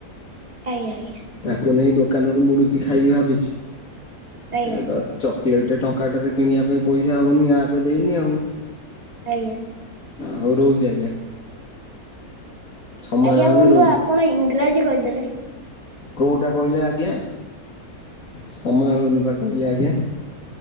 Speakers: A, on the right (about 25°); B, on the left (about 60°).
A: ଆଜ୍ଞା ଆଜ୍ଞା।
B: ତାକୁ ନେଇ ଦୋକାନରୁ ମୁଡୁକି ଖାଇବି ଭାବିଛି
A: ଆଜ୍ଞା
B: ଏ ତ ଚକଲେଟ ଟଙ୍କା ଟେରେ କିଣିବା ପାଇଁ ପଇସା ହଉନି ଆପ ଦେଇନି ଆଉ।
A: ଆଜ୍ଞା।
B: ହଉ ରହୁଛି ଆଜ୍ଞା। ସମୟ
A: ଆଜ୍ଞା
B: ହେଇଗଲାଣି
A: ବନ୍ଧୁ
B: ରହୁଛି।
A: ଆପଣ ଇଂରାଜୀ କହିଦେଲେ।
B: କୋଉଟା କହିଲେ ଆଜ୍ଞା ସମୟ ହଉନି ପା କହିଲି ଆଜ୍ଞା।